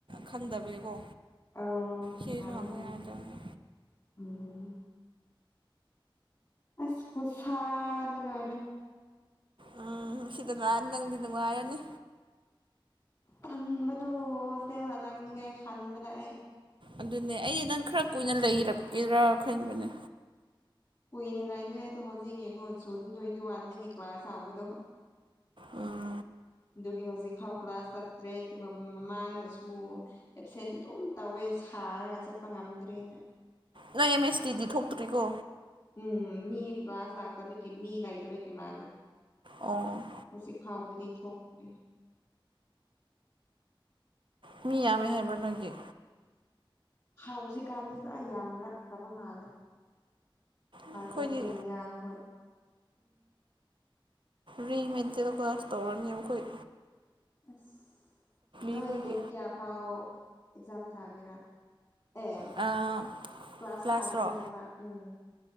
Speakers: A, on the right; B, on the left.
A: ꯈꯪꯗꯕꯒꯤꯀꯣ
B: ꯑꯣ
A: ꯁꯤꯁꯨ
B: ꯍꯪꯉꯣ
A: ꯍꯪꯕ
B: ꯍꯪꯉꯣ
A: ꯌꯥꯗ꯭ꯔꯕꯅꯦ
B: ꯎꯝ ꯑꯁ ꯈꯨꯁꯥꯗ ꯂꯣꯏꯔꯦ
A: ꯎꯝ ꯁꯤꯗ ꯂꯥꯛꯑꯗꯤ ꯅꯪꯗꯤ ꯅꯨꯡꯉꯥꯏꯔꯅꯤ
B: ꯇꯟꯕꯗꯨ ꯍꯣꯁꯇꯦꯜꯗ ꯅꯪꯅꯤꯡꯉꯥꯏ ꯍꯟꯕꯗ ꯑꯩ
A: ꯑꯗꯨꯅꯦ ꯑꯩ ꯅꯪ ꯈꯔ ꯀꯨꯏꯅ ꯂꯩꯔꯛꯀꯦꯔꯥ ꯈꯟꯕꯅꯦ
B: ꯀꯨꯏꯅꯦ ꯂꯥꯛꯅꯤꯡꯉꯥꯏꯗꯣ ꯍꯧꯖꯤꯛ ꯌꯦꯡꯉꯣ ꯖꯨꯟ ꯇ꯭ꯋꯦꯟꯇꯤ ꯋꯥꯟꯗꯒꯤ ꯀ꯭ꯂꯥꯁ ꯍꯥꯎꯕꯗꯣ
A: ꯎꯝ
B: ꯗꯨꯒꯤ ꯍꯧ ꯍꯧꯖꯤꯛꯐꯥꯎ ꯀ꯭ꯂꯥꯁ ꯆꯠꯇ꯭ꯔꯦ ꯑꯗꯨꯒ ꯃꯃꯥꯡꯗꯁꯨ ꯑꯦꯞꯁꯦꯟ ꯑꯗꯨꯝ ꯇꯧꯋꯦ ꯁꯥꯔꯒ ꯆꯠꯄ ꯉꯝꯗ꯭ꯔꯦꯅꯥ
A: ꯅꯣꯏ ꯑꯦꯝ ꯑꯦꯁ ꯇꯤꯗꯤ ꯊꯣꯛꯇ꯭ꯔꯤꯀꯣ
B: ꯎꯝ ꯃꯤ ꯀ꯭ꯂꯥꯁ ꯂꯥꯛꯇꯕꯒꯤ ꯃꯤ ꯂꯩꯇꯕꯩ ꯃꯤ ꯂꯩꯇꯕꯒꯤ ꯃꯥꯂꯦ
A: ꯑꯣ
B: ꯍꯧꯖꯤꯛ ꯐꯥꯎꯕꯗꯤ ꯊꯣꯛꯇ꯭ꯔꯤ
A: ꯃꯤ ꯌꯥꯝꯃꯦ ꯍꯥꯏꯕ꯭ꯔꯥ ꯅꯣꯏꯒꯤ
B: ꯍꯧꯖꯤꯛꯀꯥꯟꯗꯤ ꯈꯔ ꯌꯥꯝꯔꯛꯈ꯭ꯔꯕ ꯃꯥꯂꯦ ꯀꯂꯁ
A: ꯑꯩꯈꯣꯏꯗꯤ
B: ꯆꯠꯄꯗꯣ ꯃꯌꯥꯡꯈꯣꯏ
A: ꯔꯤꯃꯦꯗꯦꯜ ꯀꯣꯂꯦꯁ ꯇꯧꯔꯅꯤꯕꯈꯣꯏ
B: ꯑꯁ ꯅꯣꯏ
A: ꯑꯩꯈꯣꯏꯒꯤ
B: ꯗꯦꯠ ꯀꯌꯥ ꯐꯥꯎ ꯑꯦꯛꯖꯥꯝ ꯊꯥꯒꯦꯔꯥ ꯑꯦ
A: ꯑꯥ
B: ꯀ꯭ꯂꯥꯁ
A: ꯀ꯭ꯂꯥꯁꯔꯣ
B: ꯀꯥꯒꯦꯔ ꯍꯥꯏꯕ ꯎꯝ